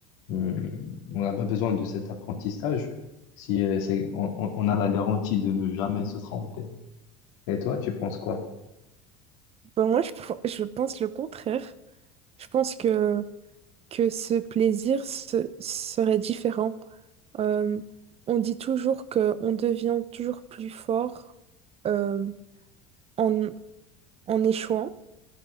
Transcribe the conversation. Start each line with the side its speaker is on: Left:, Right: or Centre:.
Left: Euh, on n'a pas besoin de cet apprentissage si euh, c'est, on, on- on a la garantie de ne jamais se tromper. Et toi, tu penses quoi?
Right: Ben, moi, je, pr- je pense le contraire. Je pense que, que ce plaisir se- serait différent. Euh, on dit toujours qu'on devient toujours plus fort euh, en, en échouant.